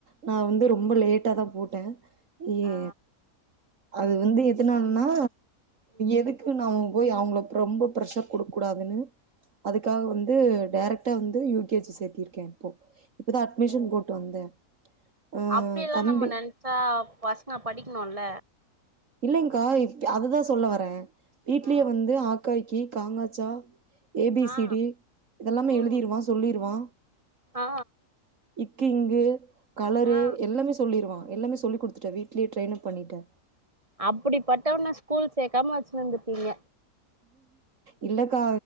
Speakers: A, on the right; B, on the right.
A: நா வந்து ரொம்ப லே ட்டாதா போட்டே ஏ
B: ஆ
A: அது வந்து எதனாலன்னா
B: ம்
A: எதுக்கு நாம போய் அவங்கள ரொம்ப ப்ரஷர் குடுக்க கூடாதுன்னு அதுக்காக வந்து டைரெக்ட்டா வந்து யு கே ஜி சேத்திருக்கே இப்போ இப்பதா அட்மிஷன்
B: ஓ
A: போட்டு
B: ஓ
A: வந்தே ஆ
B: அப்டியெல்லா
A: தம்பி
B: <unintelligible> பசங்க படிக்கணுல்ல
A: இல்லைங்க்கா இப் அததா சொல்ல வரே வீட்லயே
B: ஆ
A: வந்து ஆகாகி கீ காங் காச்சா ஏ பி
B: ஆ
A: சி டி இதெல்லாமே
B: ம்
A: எழுதிருவா சொல்லிருவா
B: ஆ
A: இக்கு, இங்கு, கலரு
B: ஆ
A: எல்லாமே சொல்லிருவா எல்லாமே சொல்லி குடுத்துட்டே வீட்லயே ட்ரய்னப் பண்ணிடே
B: அப்புடிப்பட்டவன ஸ்கூல் சேக்காம வச்சுனுந்திகீங்க
A: இல்லக்கா